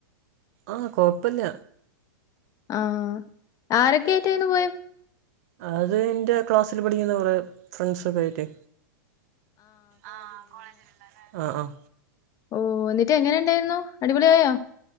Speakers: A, on the right; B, on the left.
A: ആഹ് കൊഴപ്പല്ല
B: ആഹ് ആരെക്കെറ്റേന്നു പോയെ
A: അത് ഇന്റെ ക്ലാസ്സില് പഠിക്കുന്ന കൊറെ ഫ്രണ്ട്സൊക്കെ ആയിട്ടെ ആഹ്, കോളേജിൽ ഇണ്ടല്ലേ ആഹ്, ആഹ്.
B: ഓഹ്, എന്നിട്ട് എങ്ങനെ ഇണ്ടായിര്ന്നു അടിപൊളി ആയോ?